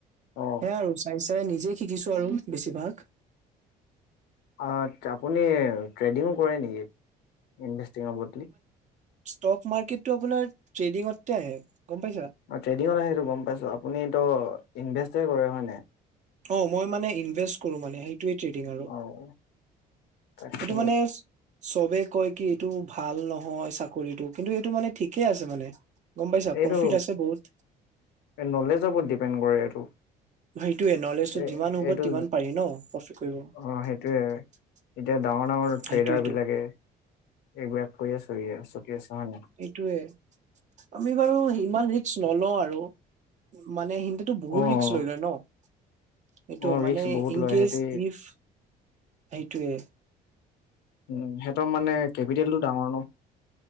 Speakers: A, on the left; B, on the right.
A: অ',
B: স আৰু চাই স নিজেই শিকিছো আৰু বেছিভাগ
A: আ আপুনি ট্ৰেডিঙো কৰে নেকি ইনভেষ্টিঙৰ বদলি
B: ষ্টক মাৰ্কেটটো আপোনাৰ তেডিংত আহে- গম পাইছা?
A: আ নিশ্চয় কৰে হয় নাই
B: অ মই মানে ইনভেষ্ট কৰো মানে সেইটোৱে ট্ৰেডিং আৰু
A: অ', তাকে
B: সটো মানে চবে কয় কি এইটো ভাল নহয় চাকৰিটো কিন্তু এইটো মানে ঠিকে আছে মানে গম পাইছা
A: এইটো
B: প্ৰফিট আছে বহুত
A: নলেজৰ ওৰত ডিপেণ্ড কৰে এইটো
B: সেইটোোৱে নলেজটো
A: এ
B: যিমান হ'ব
A: এইটো
B: িমান পাৰি ন প্ৰফিট কৰিব
A: অ', সেইটোয়ে এতিয়া ডাঙৰ ডাঙৰ
B: সেইটোৱেইটো
A: ট্ৰেডাৰ বিলাকে এইবিলাক কৰিয় চ চটি আছে হয় নে
B: সেইটোয়ে আমি বাৰু ইমান ৰিস্ক নল আৰু মানে সিন্তাতো বহুত
A: অ',
B: ৰিস্ক লৈ লয় ন <inaudible> এইটো
A: অ',
B: মানে
A: ৰিস্ক বহুত
B: ইনকচ
A: লয় সিহঁতি
B: ইফ এইটোৱে
A: উম সিহতৰ মানে কেপিটেলটো ডাঙৰ ন